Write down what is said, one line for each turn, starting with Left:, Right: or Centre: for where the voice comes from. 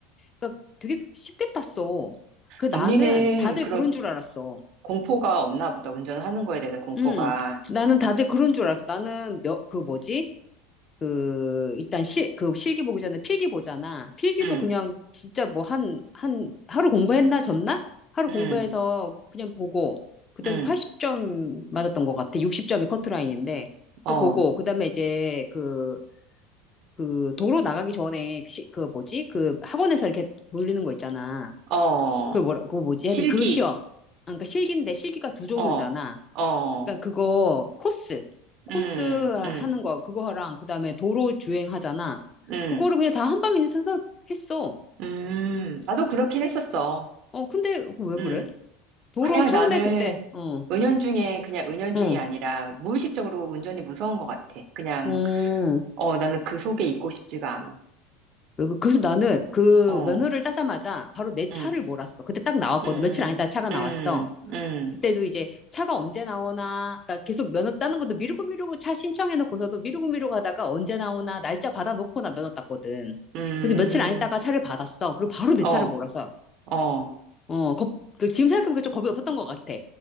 Left: 그러니까 되게 쉽게 땄어. 그 나는
Right: 언니는
Left: 다들
Right: 그런
Left: 그런 줄 알았어.
Right: 공포가 없나 보다. 운전하는 거에 대해서 공포가.
Left: 음, 나는 다들 그런 줄 알았어. 나는 몇, 그 뭐지? 그, 일단 실, 그 실기 보기 전에 필기 보잖아. 필기도
Right: 음,
Left: 그냥 진짜 뭐 한, 한, 하루 공부했나, 졌나? 하루
Right: 음,
Left: 공부해서 그냥 보고, 그때도
Right: 음,
Left: 80점 맞았던 것 같아. 60점이 커트라인인데.
Right: 어,
Left: 그거 보고, 그 다음에 이제 그, 그 도로 나가기 전에 그, 시- 그 뭐지? 그 학원에서 이렇게 돌리는 거 있잖아.
Right: 어,
Left: 그 뭐라 그거 뭐지?
Right: 실기,
Left: 하여튼 그 시험. 아, 그러니까 실기인데 실기가 두 종류잖아.
Right: 어, 어,
Left: 그러니까 그거 코스 코스
Right: 음,
Left: 하는
Right: 음,
Left: 거 그거랑 그다음에 도로 주행하잖아.
Right: 음,
Left: 그거를 그냥 다 한 방에 그냥 서서 했어.
Right: 음. 나도 그렇긴 했었어.
Left: 어 근데 왜
Right: 음.
Left: 그래? 도로
Right: 그냥
Left: 처음에
Right: 나는
Left: 그때 어
Right: 은연중에, 그냥 은연중이
Left: 어.
Right: 아니라 무의식적으로 운전이 무서운 것 같아. 그냥,
Left: 음.
Right: 어, 나는 그 속에 있고 싶지가 않아.
Left: 왜 그- 그래서 나는 그
Right: 어,
Left: 면허를 따자마자 바로 내 차를
Right: 음.
Left: 몰았어. 그때 딱 나왔거든.
Right: 음,
Left: 며칠 안 있다 차가 나왔어.
Right: 음, 음,
Left: 그때도 이제 차가 언제 나오나, 그러니까 계속 면허 따는 것도 미루고 미루고 차 신청해놓고서도 미루고 미루고 하다가 언제 나오나 날짜 받아놓고 나 면허 땄거든.
Right: 음,
Left: 그래서 며칠 안 있다가
Right: 음.
Left: 차를 받았어. 그리고 바로 내
Right: 어,
Left: 차를 몰아서.
Right: 어,
Left: 어, 겁, 그 지금 생각해보니까 좀 겁이 없었던 것 같아.